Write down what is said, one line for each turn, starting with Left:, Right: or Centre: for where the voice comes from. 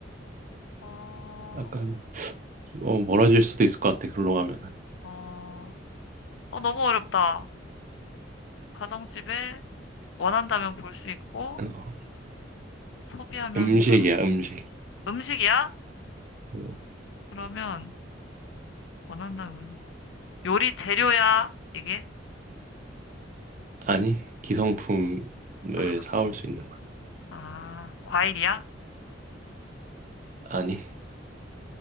Left: 어,
Right: 약간, 어, 멀어질 수도 있을 것 같아. 글로 가면.
Left: 어, 어, 너무 어렵다. 가정집에 원한다면 볼 수 있고,
Right: 어,
Left: 소비하면
Right: 음식이야,
Left: 사라.
Right: 음식.
Left: 음식이야?
Right: 어,
Left: 그러면 원한다면 물- 요리 재료야, 이게?
Right: 아니, 기성품을
Left: 아,
Right: 사올 수 있는 거야.
Left: 아, 과일이야?
Right: 아니,